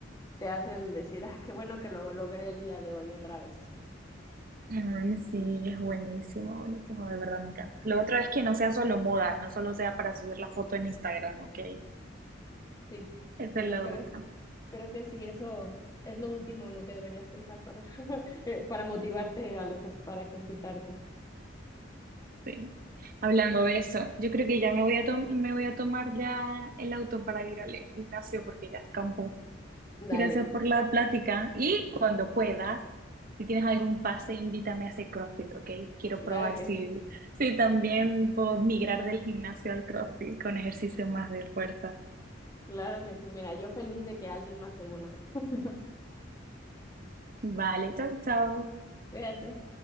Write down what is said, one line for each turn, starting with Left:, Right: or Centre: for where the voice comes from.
Left: te hacen decir, ah, qué bueno que lo logré el día de hoy otra vez.
Right: Ay, sí, es buenísimo, buenísimo, de verdad me encanta. Lo otro es que no sea solo moda, no solo sea para subir la foto en Instagram, ok.
Left: Sí,
Right: Esa
Left: digo,
Right: es la
Left: creo,
Right: otra.
Left: creo que sí, eso es lo último en lo que deberías pensar para, <laughs> eh, para motivarte al ejer- para ejercitarte.
Right: Sí. Hablando de eso, yo creo que ya me voy a tom- me voy a tomar ya el auto para ir al gimnasio porque ya escampó.
Left: Dale,
Right: Gracias por la plática y cuando puedas, si tienes algún pase, invítame a hacer CrossFit, ok. Quiero
Left: claro
Right: probar
Left: que
Right: si,
Left: sí,
Right: si también puedo migrar del gimnasio al CrossFit con ejercicio más de fuerza.
Left: claro que sí. Mira, yo feliz de que alguien más se una. <laughs>
Right: Vale, chao, chao.
Left: Fíjate.